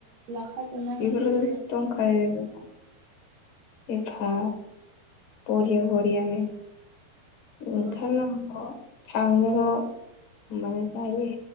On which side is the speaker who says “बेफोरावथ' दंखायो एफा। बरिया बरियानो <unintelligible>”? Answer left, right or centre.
Left